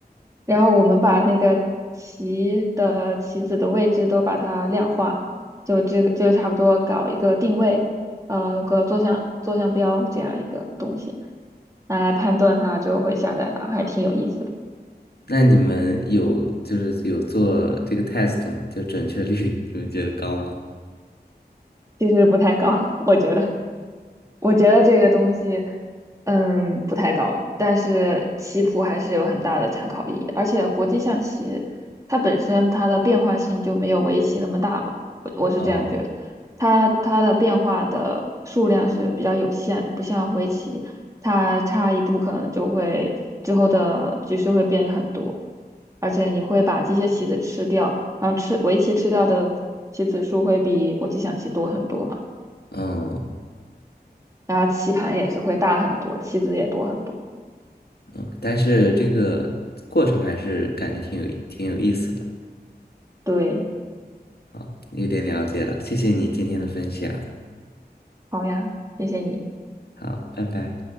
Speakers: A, on the right (about 20°); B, on the left (about 70°).
A: 然后我们把那个棋的棋子的位置都把它量化，就这个就差不多搞一个定位，呃，有个坐向坐向标这样一个东西，拿来判断它之后会下在哪，还挺有意思的。
B: 那你们有就是有做这个 test 吗？就准确率，你们觉得高吗？
A: 其实不太高，<laughs> 我觉得，我觉得这个东西，嗯，不太高，但是棋谱还是有很大的参考意义，而且国际象棋它本身它的变化性就没有围棋那么大嘛，我我是这样觉得，
B: 哦
A: 它它的变化的数量是比较有限的，不像围棋，它差一步可能就会之后的局势会变很多，而且你会把这些棋子吃掉，然后吃围棋吃掉的棋子数会比国际象棋多很多嘛。
B: 哦，
A: 然后棋盘也是会大很多，棋子也多很多。
B: 哦但是这个过程还是感觉挺有挺有意思的。
A: 对，
B: 好，有点了解了，谢谢你今天的分享，
A: 好呀，谢谢你。
B: 好，拜拜。